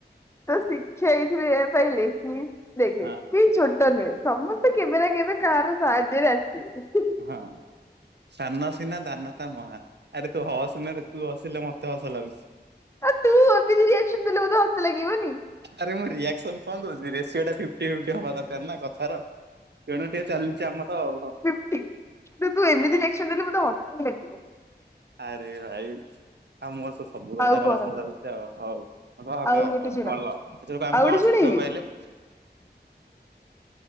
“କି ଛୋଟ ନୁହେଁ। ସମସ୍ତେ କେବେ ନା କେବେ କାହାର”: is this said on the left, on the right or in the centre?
Left